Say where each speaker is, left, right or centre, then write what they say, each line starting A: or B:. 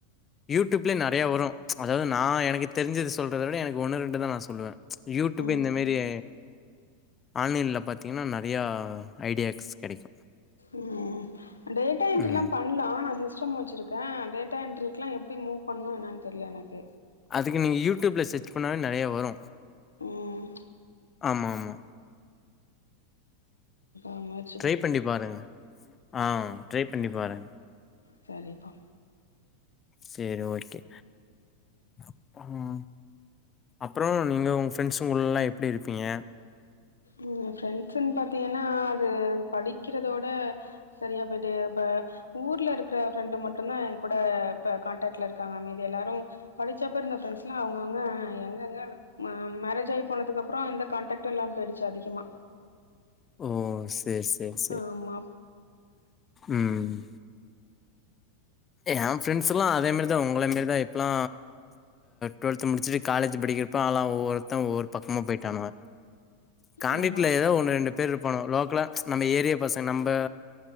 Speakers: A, on the left (about 25°); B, on the left (about 85°).
A: யூடியூப்ல நெறய வரு அதாவது நா எனக்கு தெரிஞ்சத சொல்றத விட எனக்கு ஒண்ணு ரெண்டு தா நா சொல்லுவே யூட்டுப்பே
B: ம்
A: இந்த மேரிய ஆன்லைன்ல பாத்தீங்னா நெறையா ஐடியாஸ் கெடக்கு
B: ம் டேட்டா என்ட்ரீலா
A: ம்
B: பண் ல ஆனா சிஸ்டம் வச்சிருக்கே டேட்டா என்ட்ரிகிலா எப்டி மூ பண்ணு என்னனு தெர்ல எனக்கு
A: அதுக்கு நீங்க யூடியூப்ல சர்ச் பண்ணாவே நெறையா வரு
B: ம்
A: ஆமா ஆமா
B: அமர்த்
A: ட்ரை பண்ணி பாருங்க ஆ ட்ரை பண்ணி பாரு
B: செரிப்பா
A: சேரி ஓகே அப்பறோ அப்றோ நீங்க உங்க ஃப்ரெண்ட்சு கூல்லா எப்டி இருப்பீங்க
B: ம் ஃப்ரெண்ட்ஸ்ன்னு பாத்தீங்கனா அது படிக்கிறதோட செரியா போயிட்டு அப் ஊர்ல இருக்ற ஃப்ரெண்டு மட்டுதா ஏ கூட இப்ப கான்டக்ட்ல இருக்காங்க மீதி எல்லாரு படிச்சப்ப இருந்த ஃப்ரண்ஸ்லா அவுங்க அவுங்க எங்க எங்க மேரேஜ் ஆயி போனதுக்கு அப்றோ எந்த காண்டக்டு இல்லாம போயிடுச் ச்சு அதிகமா
A: ஓ சேர் சேர் சேரி
B: ஆமா,
A: ம் எ ஃப்ரெண்ட்ஸ்லா அதே மாரி தா உங்கள மேரிதா இப்லா டொல்த் முடிச்சுட்டு காலேஜ் படிக்க இப்பாலா ஒவ்வொருத்த ஒவ்வொரு பக்கமா போய்டானுவ கான்டைக்ட்ல
B: ஆமா.
A: ஏதோ ஒன்னு ரெண்டு பேர் இருபானுவோ லோக்கலா நம்ப ஏரியா பசங்க நம்ப